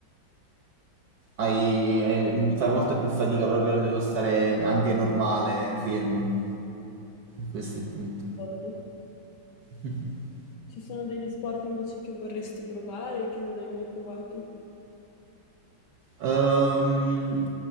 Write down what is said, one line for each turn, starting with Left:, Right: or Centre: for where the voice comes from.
Right: hai, eh, fai molta più fatica proprio nello stare anche normale, fermo. Questo è il punto.
Left: D'accordo.
Right: <laughs>
Left: Ci sono degli sport invece che vorresti provare e che non hai mai provato?
Right: Ehm,